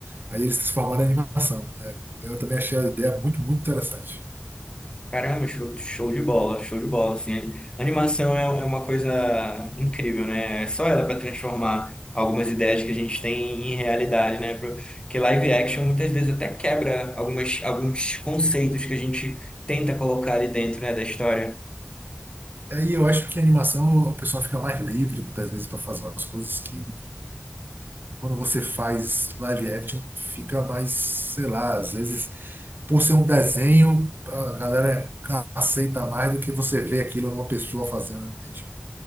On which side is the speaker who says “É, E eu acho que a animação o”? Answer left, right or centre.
Right